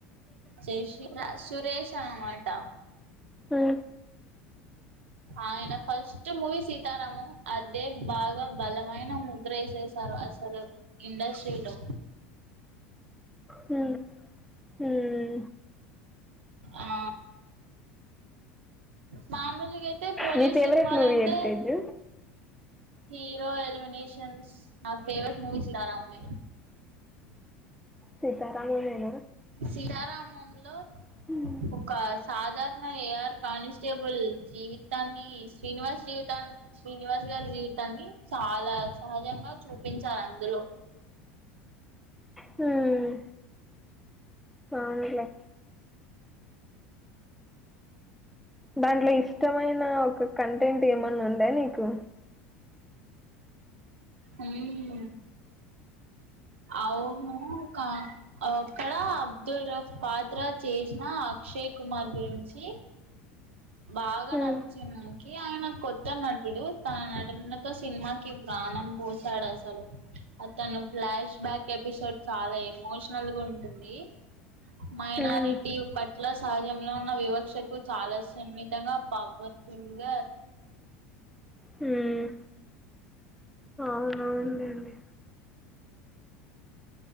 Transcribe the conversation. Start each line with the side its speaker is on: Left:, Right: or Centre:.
Right: జై శ్రీ <unintelligible> సురేష్ అనమాట
Centre: ఉ
Right: ఆయన ఫస్ట్ మూవి సీతారామం అదే బాగా బలమైన ముద్రఏసేస్ స అసలు ఇండస్ తిలో
Centre: హ్మ హ్మ
Right: ఆ మామూలుగా అయితే పోలీస్
Centre: నీ ఫేవరెట్
Right: సినిమాలంటే
Centre: మూవీ ఏది తేజు
Right: హీరోయల్ కనెస్షన్స్ ఫవరెట్ మూవీస్ చాలా ఉనాయి
Centre: సీతారామమేన
Right: సీతారామంలో
Centre: హ్మ్.
Right: ఒక సాధారణ ఏఆర్ కానిస్టేబుల్ జీవితాన్ని శ్రీనివాస్ జీవితా శ్రీనివాస్ గారి జీవితాన్ని చాలా సహజంగా చూపించారు అందులో
Centre: హ్మ అవున్లె దాంట్లో ఇష్టమైన ఒక కంటెంట్ ఏమన్నా ఉందా నీకు
Right: హ్మ అవును కా అక్కడ అబ్దుల్ రఫ్ పాత్ర చేసిన అక్షయ్ కుమార్ గురించి బాగా
Centre: హ్మ్.
Right: నచ్చింది కే అయనా కొత్త నటుడు తాన్ న్నతో సినిమాకి ప్రాణం పోశాడు అసలు అతను ఫ్లాష్ బ్యాక్ ఎపిసోడ్ చాలా ఎమోషనల్గుంటుంది మైనారిటీ
Centre: హ్మ్.
Right: పట్ల సహజం లో ఉన్న వివక్షకు చాలా ష్ సునీతంగా పవర్ఫుల్గ
Centre: హ్మ అవునవుందడి